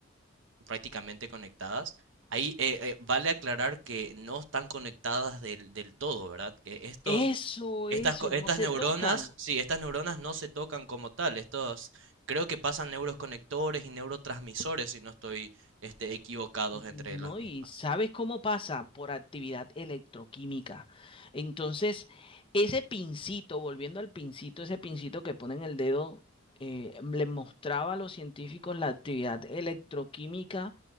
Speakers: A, on the right; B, on the left.
A: prácticamente conectadas. Ahí eh, eh, vale aclarar que no están conectadas del, del todo, ¿verdad? Que estos,
B: eso,
A: estas,
B: eso,
A: co- estas
B: no se
A: neuronas,
B: tocan.
A: sí, estas neuronas no se tocan como tal. Estos, creo que pasan neuroconectores y neurotransmisores, si no estoy, este, equivocados
B: No,
A: entre las mismas.
B: y sabes cómo pasa por actividad electroquímica. Entonces, ese pincito, volviendo al pincito, ese pincito que pone en el dedo, eh, le mostraba a los científicos la actividad electroquímica